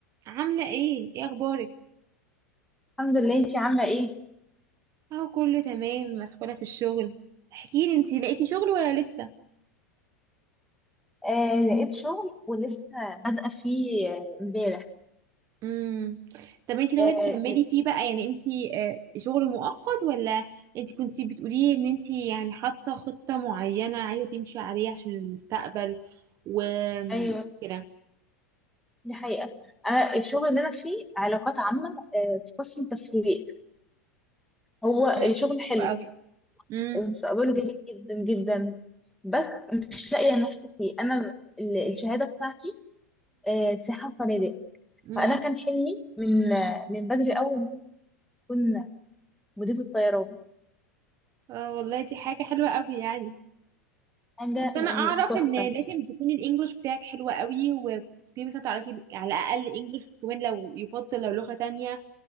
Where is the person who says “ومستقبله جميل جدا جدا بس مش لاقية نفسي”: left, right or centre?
Centre